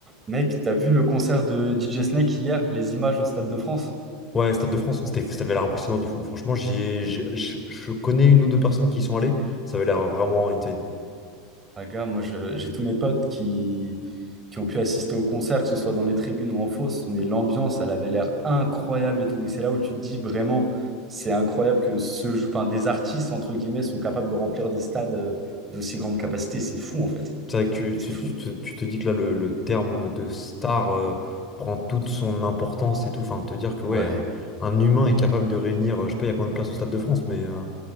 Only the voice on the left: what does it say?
Ouais, Stade de France, c'était, ça avait l'air impressionnant de fou. Franchement, j'ai, j'ai- je je connais une ou deux personnes qui y sont allées. Ça avait l'air vraiment insane.
C'est vrai que tu,
tu,
tu te tu te dis que là, le, le terme de star euh, prend toute son importance et tout. Enfin, te dire que ouais,
euh, un humain est capable de réunir, euh, je sais pas, il y a combien de places au Stade de France, mais, euh,